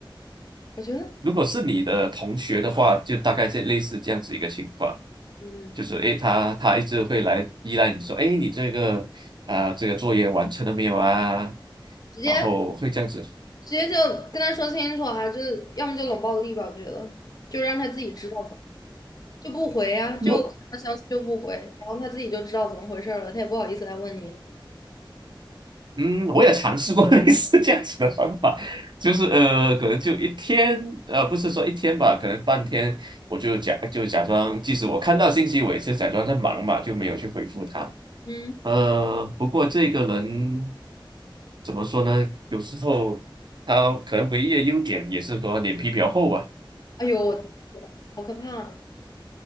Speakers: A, on the left (about 45°); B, on the right (about 60°).
A: 我觉得，
B: 如果是你的同学的话，就大概这类似这样子一个情况，
A: 嗯，
B: 就是诶，他他一直会来依赖你说，诶，你这个啊、这个作业完成了没有啊？
A: 直接
B: 然后会这样子。
A: 直接就跟他说清楚啊，就是要么就冷暴力吧，我觉得，就让他自己知道，就不回啊，就看到消息就不回，
B: 如
A: 然后他自己就知道怎么回事儿了，他也不好意思来问你。
B: 嗯，我也尝试过 <laughs> 类似这样子的方法，就是呃，可能就一天，呃，不是说一天吧，可能半天，我就假就假装，即使我看到信息，我也是假装在忙嘛，就没有去回复他。
A: 嗯，
B: 呃，不过这个人怎么说呢？有时候他可能唯一的优点也是说脸皮比较厚吧。
A: 哎呦，我好可怕啊